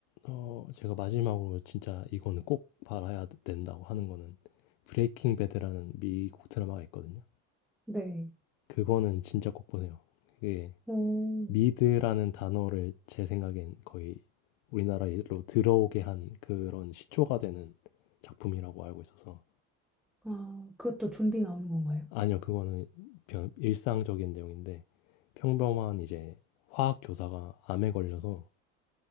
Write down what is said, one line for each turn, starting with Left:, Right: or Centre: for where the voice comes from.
Left: 어, 제가 마지막으로 진짜 이거는 꼭 봐야 된다고 하는 거는 브레이킹 배드라는 미국 드라마가 있거든요.
Centre: 네.
Left: 그거는 진짜 꼭 보세요. 이게
Centre: 오,
Left: 미드라는 단어를 제 생각엔 거의 우리나라로 들어오게 한 그런 시초가 되는 작품이라고 알고 있어서
Centre: 아, 그것도 좀비 나오는 건가요?
Left: 아니요 그거는 일상적인 내용인데 평범한 이제 화학 교사가 암에 걸려서